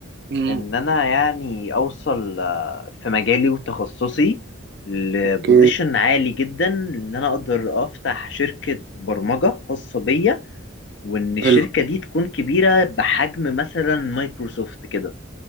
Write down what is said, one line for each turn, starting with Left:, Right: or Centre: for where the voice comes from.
Right: امم
Left: ان انا يعني اوصل آه، في مجالي وتخصصي لبوزيشن
Right: اوكي
Left: عالي جدا ان انا اقدر افتح شركه برمجه خاصه بيا وان الشركه
Right: حلو
Left: دي تكون كبيره بحجم مثلا مايكروسوفت كده